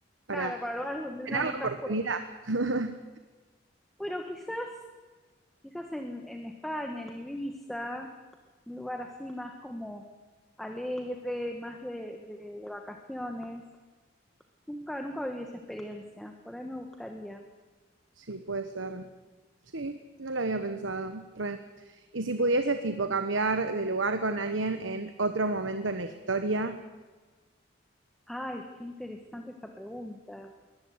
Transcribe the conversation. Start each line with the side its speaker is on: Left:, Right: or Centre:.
Right: para
Centre: Claro, para lugares donde
Right: tener
Centre: uno nunca
Right: la oportunidad.
Centre: fue.
Right: <laughs>
Centre: Bueno, quizás, quizás en, en España, en Ibiza, un lugar así más como alegre, más de, de- de vacaciones. Nunca, nunca viví esa experiencia, por ahí me gustaría.
Right: Sí, puede ser. Sí, no lo había pensado. Re. Y si pudieses, tipo, cambiar de lugar con alguien en otro momento en la historia,
Centre: Ay, qué interesante esa pregunta.